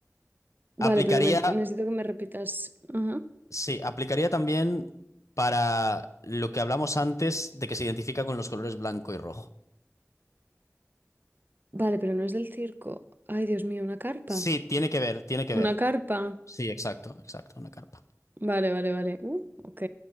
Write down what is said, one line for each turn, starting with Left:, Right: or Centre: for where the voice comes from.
Right: Vale,
Left: Aplicaría,
Right: pero me- necesito que me repitas. Ajá.
Left: sí, aplicaría también para lo que hablamos antes de que se identifica con los colores blanco y rojo.
Right: Vale, pero no es del circo. Ay, Dios mío, una carpa.
Left: Sí, tiene que ver, tiene que ver.
Right: Una carpa.
Left: Sí, exacto, exacto, una carpa.
Right: Vale, vale, vale. Uh, ok.